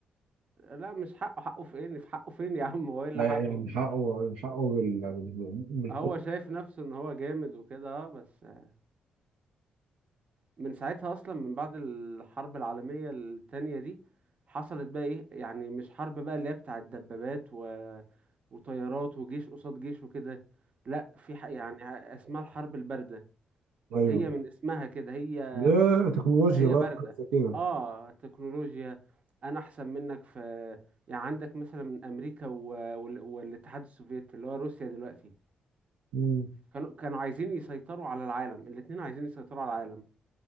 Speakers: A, on the right; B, on the right.
A: لا مش حقه حقه فين في حقه فين يا عم <laughs> هو ايه اللي
B: آه،
A: حقه
B: يعني حقه حقه بال بال- بالخوف
A: هو شايف نفسه ان هو جامد وكده آه، بس آه، من ساعتها اصلا من بعد الحرب العالمية التانية دي حصلت بقى ايه يعني مش حرب بقى اللي هي بتاعة دبابات و... وطيارات وجيش قصاد جيش وكده لا في ح... يعني اسمها الحرب الباردة
B: ايوه
A: هي من اسمها كده هي
B: لا تكنولوجيا
A: هي
B: بقى
A: باردة
B: حاجه زي كده
A: اه تكنولوجيا انا احسن منك في يعني عندك مثلا من امريكا و... وال... والاتحاد السوفيتي اللي هو روسيا دلوقتي
B: مم.
A: كانوا كانوا عايزين يسيطروا على العالم الاتنين عايزين يسيطروا على العالم